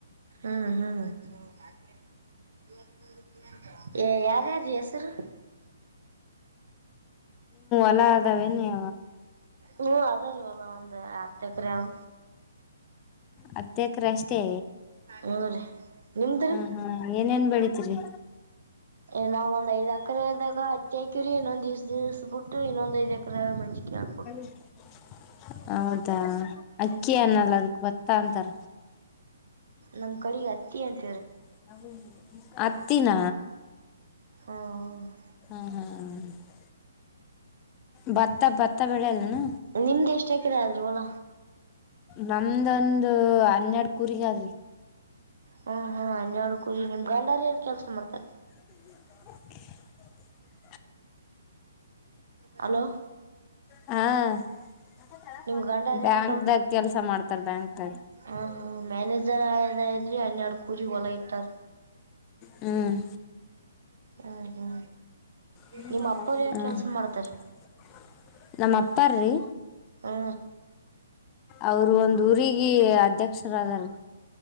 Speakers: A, on the right; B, on the left.
A: ಹ್ಮ್ ಹ್ಮ್ <unintelligible> ಯ ಯಾರ್ಯಾರ್ ರಿ ಹೆಸರ್
B: ಎಲ್ಲಾ ಅದವೇನ ಇ
A: ಹ ಅದವರಿ ಹೊಲ ಒಂದ ಹತ್ತು ಎಕರೆ ಆವ
B: ಹತ್ತ ಎಕ್ರ ಅಷ್ಟೇ
A: ಹ್ಞೂ ರೀ ನಿಮ್ದು
B: ಹ್ಮ್
A: ರೀ
B: ಹ್ಮ್ ಏನೇನ್ ಬೆಳ್ ತಿರಿ
A: ಏನ ಒಂದ್ ಒಂದ್ ಐದ್ ಎಕ್ರೆದಗ ಹಕ್ಯಕಿವ್ರಿ ಇನ್ನೊಂದ ದಿವ್ ದಿಸಸ್ಬ ಬಿಟ್ಟು ಇನ್ನೊಂದ್ ಐದ್ ಎಕ್ರೆ ಮೆಣಸ್ಕೈ ಹಾಕ್ಬೇಕ್.
B: <inaudible> ಹೌದಾ ಅಕ್ಕಿ
A: ಹ್ಮ್
B: ಅನ್ನಲ್ಲ ಅದಕ್ ಬತ್ತ ಅಂತರ.
A: ನಮ್ ಕಡೆ ಅತ್ತಿ ಅಂತ್
B: <unintelligible> ಅತ್ತಿನಾ
A: ಹಾ ಹ
B: ಹ ಹ <unintelligible> ಭತ್ತ ಭತ್ತ ಬೆಲೆಲ್ಲೆನ್
A: ನಿಮ್ದ ಎಷ್ಟ ಎಕ್ರೆ ಆದ್ರಿವಲ.
B: ನಮ್ದೊಂದು ಹನ್ನೆರಡು ಕುರಿಗ್ ಆದ್ರಿ.
A: ಹ್ಮ ಹ್ಮ್ ಹನ್ಯರಡುಕೂರಿ ನಿಮ್ ಗಂಡರ್ ಯಾರ ಕೆಲ್ಸ ಮಾಡ್ತರೆ.
B: <inaudible>
A: ಹಲೋ
B: ಹ <unintelligible>
A: ನಿಮ್ ಗಂಡಾರ
B: ಬ್ಯಾಂಕ್ದಾಗ
A: ಏನ್
B: ಕೆಲ್ಸ ಮಾಡ್ತಾರ ಬ್ಯಾಂಕ್ದಾಗ.
A: ಹ್ ಹ್ಮ ಮ್ಯಾನೇಜರ್ ಆದ ಇದ್ರರಿ ಹನ್ನೆರಡು ಕುೂರಿಗ್ ಹೊಲ ಇಟ್ಟಾರ.
B: ಹ್ಮ್
A: ಹ್ಮ್ ಹ್ಮ್
B: <unintelligible>
A: ನಿಮ್ ಅಪ್ಪರ್ ಏನ್
B: ಹ್ಮ <inaudible>
A: ಕೆಲ್ಸ ಮಾಡ್ತಾರಿ
B: ನಮ್ಮ ಅಪ್ಪಾರಿ
A: ಹ
B: ಅವರು ಒಂದ್ ಊರಿಗೆ ಅಧ್ಯಕ್ಷರದರ್.